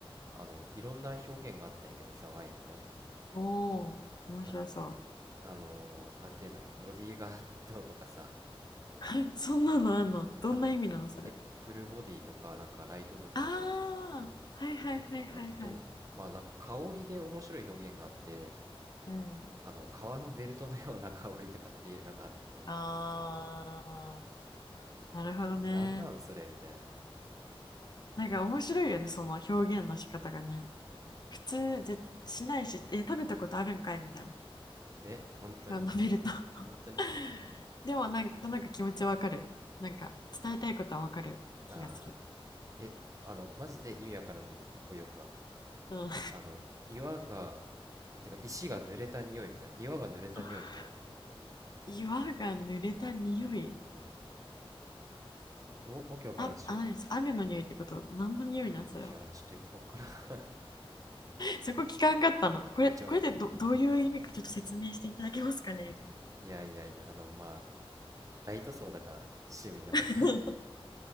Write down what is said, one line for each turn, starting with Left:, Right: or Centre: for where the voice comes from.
Left: うん、
Right: あの、いろんな表現があったんやけどさ、ワインの。
Left: おお面白そう
Right: なんか、あのーなんて言うんだろう、ボディーガードとかさ、
Left: <laughs> はいそんなのあんのどんな意味なのそれ。
Right: あの、え、フルボディとか、なんかライトボディとかや、
Left: ああはいはいはいはいはい。
Right: あ、あと、まあなんか香りで面白い表現があって、
Left: あ、うん。
Right: あの、革のベルトのような香りとかっていうのがあって、
Left: ああなるほどね。
Right: な、なんなんそれみたいな。
Left: なんか面白いよね、その表現の仕方がね。
Right: うん。
Left: 普通ぜしないし、え、食べたことあるんかいみたい
Right: ね、本当に、
Left: な。飲めると。<laughs>
Right: 本当にそう。
Left: でもなんか、なんか気持ちわかる。なんか伝えたいことはわかる気がする。
Right: ああ。え、あの、マジで意味わからんのい一個よか。
Left: うん。
Right: あの、岩が、いてか石が濡れた匂いみたいな。岩が濡れた匂いみたいな。
Left: <laughs> 岩が濡れた匂い。
Right: うん。わ、わけわからんっしょ。
Left: あ、あ、何です。雨の匂いってこと何の匂いなんそれは。
Right: いや、ちょっとよくわからん。
Left: そこ聞かんかったの。
Right: <laughs>
Left: これ、
Right: え、じゃあ、
Left: これでどどういう意味かちょっと説明していただけますかねみたいな。
Right: いやいやいやあのまあライト層だから趣味の
Left: <laughs>